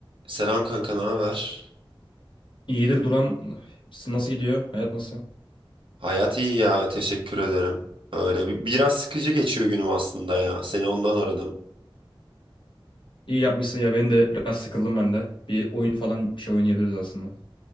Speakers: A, on the right (about 70°); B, on the left (about 65°).
A: Selam kanka, ne haber?
B: İyidir Duran. Nasıl gidiyor? Hayat nasıl?
A: Hayat iyi ya, teşekkür ederim. Öyle bi- biraz sıkıcı geçiyor günüm aslında ya. Seni ondan aradım.
B: İyi yapmışsın ya. Benim de biraz sıkıldım ben de. Bir oyun falan bir şey oynayabiliriz aslında.